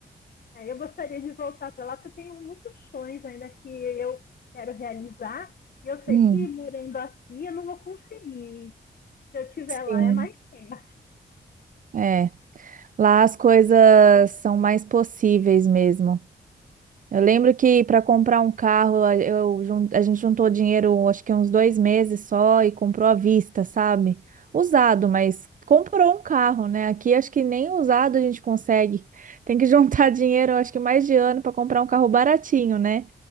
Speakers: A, on the left (about 55°); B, on the right (about 45°).
A: É, eu gostaria de voltar para lá, porque eu tenho muitos sonhos ainda que eu quero realizar, e eu sei
B: Hum,
A: que morando aqui eu não vou conseguir. Se eu estiver
B: sim,
A: lá, é mais tempo.
B: é. Lá as coisas são mais possíveis mesmo. Eu lembro que para comprar um carro, a, eu jun- a gente juntou dinheiro, acho que uns dois meses só, e comprou à vista, sabe? Usado, mas comprou um carro, né? Aqui acho que nem usado a gente consegue. <laughs> Tem que juntar <laughs> dinheiro, acho que mais de ano, para comprar um carro baratinho, né?